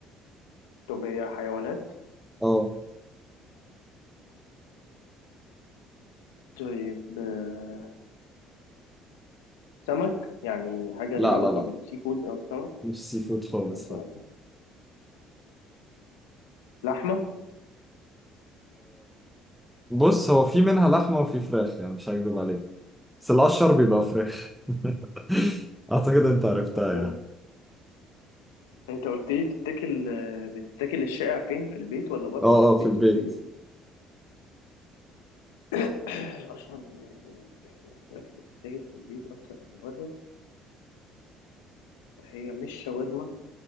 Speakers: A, on the left; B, in the centre.
A: طب هي حيوانات
B: اه
A: طيب آه، سمك يعني حاجة
B: لا
A: ليها علاقة
B: لا لا
A: بالسي فود أو السمك
B: مش سي فود خالص
A: ملهاش علاقة. لحمة
B: بص هو في منها لحمة وفي فراخ يعني مش هكدب عليك بس الأشهر بيبقى فراخ <laughs> أعتقد أنت عرفتها
A: ملهاش
B: يعني
A: علاقة. أنت قلت لي بتتاكل آه، بتتاكل الشائع فين في البيت ولا بره
B: أه
A: في البيت
B: أه في البيت
A: قلت لي <coughs> <clears throat> الأشهر الفراخ بتتاكل في البيت أكتر من بره هي مش شاورما